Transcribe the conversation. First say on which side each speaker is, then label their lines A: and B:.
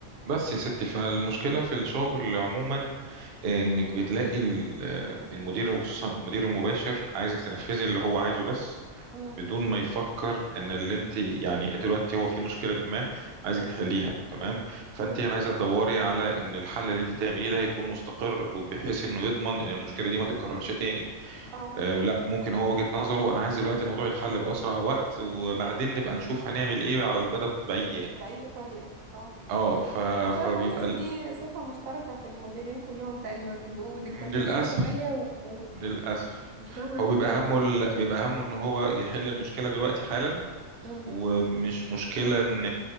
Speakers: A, on the right; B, on the right.
A: بس يا ستي فالمشكلة في الشغل عموما انك بتلاقي ال- المدير وخصوصا المدير المباشر عايزك تنفذي اللي هو عايزه بس
B: مم.
A: بدون ما يفكر ان اللي انت يعني انت دلوقتي هو في مشكلة ما عايزك تحليها تمام فانت
B: مم.
A: عايزة تدوري على ان الحل اللي انت تعمليه ده يكون مستقر وبحيث انه يضمن ان المشكلة دي ما تتكررش تاني
B: اه
A: آه لا ممكن هو وجهة نظره انا عايز دلوقتي الموضوع يتحل بأسرع وقت وبعدين نبقى نشوف هنعمل ايه على المدى البعيد يعني
B: بأي طريقة اه
A: اه ف...
B: عشان
A: فبيبقى
B: بحس دي صفة مشتركة في المديرين كلهم تقريبا بيبقوا ديكتاتورين
A: مم، للأسف
B: شوية ومش
A: للأسف
B: فاهمة
A: هو
B: في
A: بيبقى
B: ايه
A: همه ال... بيبقى همه ان هو يحل المشكلة دلوقتي حالا
B: مم.
A: ومش مشكلة ان